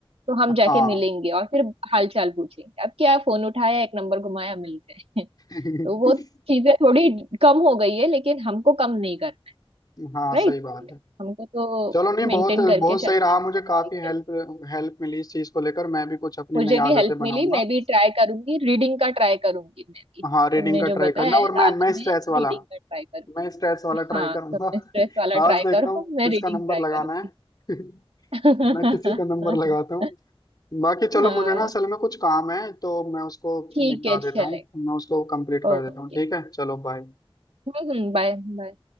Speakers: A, on the right; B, on the left.
A: तो हम
B: हाँ
A: जाके मिलेंगे और फिर हाल चाल पूछेंगे अब क्या फोन उठाया एक नंबर घुमाया मिल गए <laughs>
B: <laughs>
A: तो वो चीजें थोड़ी कम हो गई है लेकिन हमको कम नहीं करना
B: हाँ सही
A: राइट
B: बात है
A: हमको तो
B: चलो नहीं
A: मेंटेन
B: बहुत
A: करके
B: बहुत
A: चलना
B: सही रहा
A: है
B: मुझे काफी
A: बॉडी के
B: हेल्प
A: लिए
B: हेल्प मिली इस चीज को लेकर मैं भी कुछ अपनी
A: मुझे
B: नई
A: भी
B: आदतें
A: हेल्प
B: बनाऊंगा
A: मिली मैं भी ट्राई करूंगी रीडिंग का ट्राई करूंगी मैं भी तुमने
B: हाँ रीडिंग का
A: जो
B: ट्राई
A: बताया
B: करना
A: है
B: और मैं
A: रात
B: मैं
A: में
B: स्ट्रेस वाला
A: रीडिंग का ट्राई करूंगी
B: मैं स्ट्रेस वाला ट्राई
A: हाँ
B: करूंगा
A: तुमने स्ट्रेस
B: <laughs>
A: वाला
B: आज
A: ट्राई
B: देखता
A: करो
B: हूँ
A: मैं
B: किसका
A: रीडिंग
B: नंबर
A: ट्राई
B: लगाना
A: करूंगी
B: है <laughs>
A: <laughs>
B: मैं किसी का नंबर लगाता हूँ बाकी चलो
A: हाँ
B: मुझे ना असल में कुछ काम है तो मैं उसको
A: ठीक
B: निपटा
A: है
B: देता
A: चलेगा
B: हूँ मैं उसको कंप्लीट
A: ओके
B: कर देता हूँ ठीक है चलो बाय
A: हम्म बाय बाय